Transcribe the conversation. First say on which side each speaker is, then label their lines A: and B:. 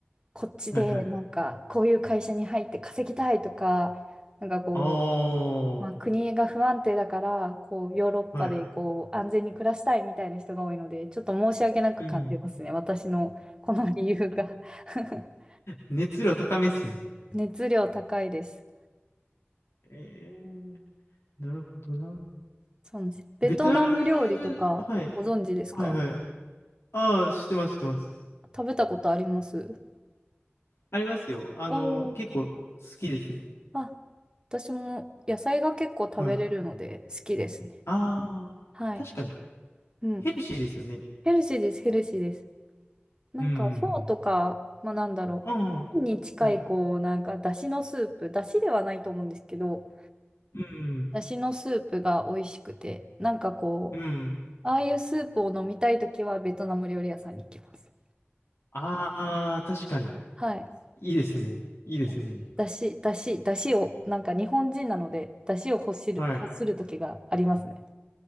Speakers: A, on the right (about 20°); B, on the left (about 85°).
A: こっちでなんか、
B: はい、はい。
A: こういう会社に入って稼ぎたいとか、なんかこう、
B: ああ、
A: まあ、国が不安定だから、こう、ヨーロッパでこう安全に暮らしたいみたいな人が多いので、
B: はい。
A: ちょっと申し訳なく感じますね。
B: うん。
A: 私のこの理由が <laughs>
B: 熱量高めっすね。
A: 熱量高いです。
B: えー、なるほどな。
A: そうなんです。ベトナム料理とかご存知ですか
B: ベトナム、はい、はい、はい。ああ、知ってます、知ってます。
A: 食べたことあります
B: ありますよ。あの、
A: おおー。
B: 結構好きですね。
A: あ、私も野菜が結構食べれるので好きですね。
B: はい。ああ、
A: はい。
B: 確かに。
A: うん。
B: ヘルシーですよね。
A: ヘルシーです、ヘルシーです。なんか、
B: うんうん
A: フォーとか、まあ、なんだろう。
B: うん。うん
A: パンに近い、
B: うんはい。
A: こう、なんか、だしのスープ、だしではないと思うんですけど、
B: うん
A: だしのスープが美味しくて、なんかこ
B: うん。うん。
A: う、ああいうスープを飲みたいときは、ベトナム料理屋さんに行きます。
B: ああ、確かに。
A: はい。
B: いいですね。いいですね。
A: なんかだし、だし、だしを、なんか日本人なので、だしを欲する、
B: はい。
A: 欲するときがありますね。